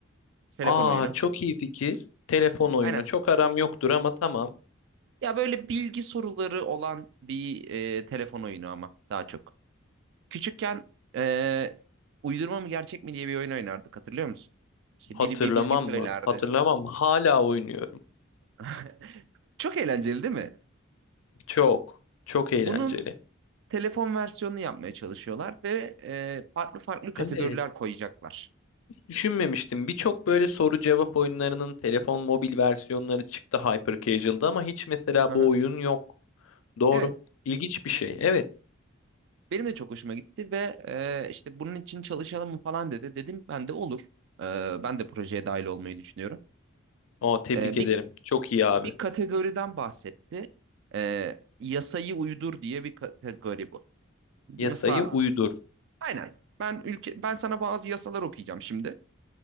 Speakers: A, on the right; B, on the left.
A: Telefon
B: Aa,
A: oyunu.
B: çok iyi fikir. Telefon oyunu.
A: Aynen.
B: Çok aram yoktur ama tamam.
A: Ya böyle bilgi soruları olan bir e, telefon oyunu ama daha çok. Küçükken e, uydurma mı gerçek mi diye bir oyun oynardık hatırlıyor musun? İşte
B: Hatırlamam
A: biri bir bilgi söylerdi.
B: mı? Hatırlamam mı? Hala oynuyorum.
A: <laughs> Çok eğlenceli değil mi?
B: Çok, çok eğlenceli.
A: Bunun telefon versiyonunu yapmaya çalışıyorlar ve e, farklı farklı kategoriler
B: Evet.
A: koyacaklar.
B: Düşünmemiştim. Birçok böyle soru cevap oyunlarının telefon mobil versiyonları çıktı Hyper Casual'da ama hiç mesela
A: Hı hı.
B: bu oyun yok. Doğru.
A: Evet.
B: İlginç bir şey. Evet.
A: Benim de çok hoşuma gitti ve e, işte bunun için çalışalım mı falan dedi. Dedim ben de olur. E, ben de projeye dahil olmayı düşünüyorum.
B: Aa, tebrik
A: E,
B: ederim.
A: bir
B: Çok iyi abi.
A: bir kategoriden bahsetti. E, yasayı uydur diye bir kategori bu. Yasa.
B: Yasayı uydur.
A: Aynen. Ben ülke ben sana bazı yasalar okuyacağım şimdi.